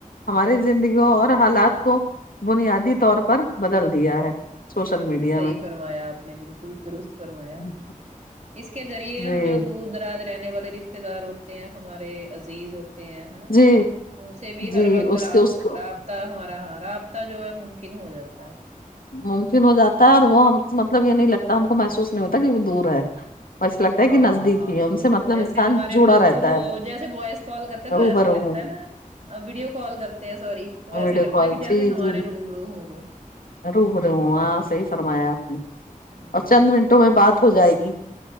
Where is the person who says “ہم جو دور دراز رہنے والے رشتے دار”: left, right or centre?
Right